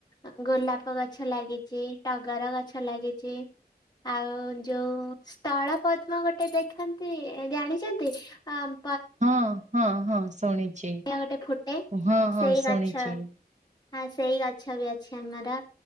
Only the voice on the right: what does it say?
ହଁ ହଁ ହଁ ଶୁଣିଛି
ହଁ ହଁ
ଶୁଣିଛି।